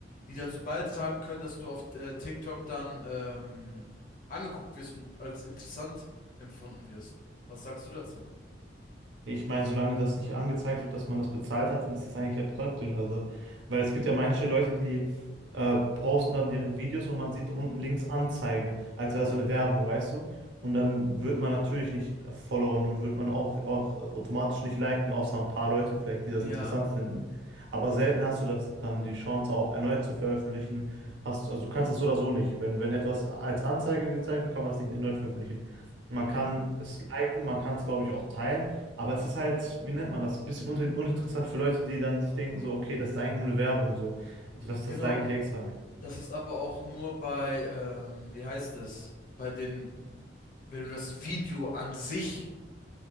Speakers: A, on the left; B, on the right.
A: die dazu beitragen können, dass du auf äh, TikTok dann ähm, angeguckt wirst und als interessant empfunden wirst. Was sagst du dazu?
B: Ich meine, solange das nicht angezeigt wird, dass man das bezahlt hat, dann ist das eigentlich ja praktisch. Also, weil es gibt ja manche Leute, die äh, posten dann deren Videos und man sieht unten links Anzeige, als wäre so eine Werbung, weißt du? Und dann wird man natürlich nicht followen und wird man auch, auch automatisch nicht liken, außer ein paar Leute vielleicht, die das
A: Ja,
B: interessant finden. Aber selten hast du das dann die Chance, auch erneut zu veröffentlichen. Hast, also du kannst das so oder so nicht. Wenn, wenn etwas als Anzeige gezeigt wird, kann man das nicht erneut veröffentlichen. Man kann
A: ja,
B: es liken, man kann es, glaube ich, auch teilen. Aber es ist halt, wie nennt man das, ein bisschen un uninteressant für Leute, die dann sich denken, so, okay, das ist eigentlich nur eine Werbung, so. Das,
A: Ja, genau.
B: das like ich extra nicht.
A: Das ist aber auch nur bei, ähm, wie heißt es, bei den, wenn du das Video an sich